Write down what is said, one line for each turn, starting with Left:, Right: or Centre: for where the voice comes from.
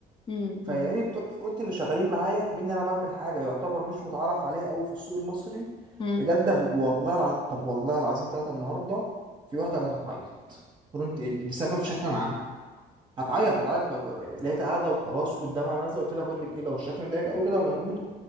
Left: مم.
Right: فيعني
Left: مم.
Right: بتوع الفرونت اللي شغالين معايا كمان انا بعمل حاجه يعتبر مش متعرف عليها قوي في السوق المصري
Left: مم.
Right: بجد هب- والله العظيم طب والله العظيم ثلاثه النهارده في واحده كانت هتعيط فرونت اند بسبب شكلا عام هتعيط هتعيط ب- ب- ب- لقيتها قاعده وخلاص والدمعه نازله قلت لها بقول لك ايه لو الشكل مضايقك قوي كده غيره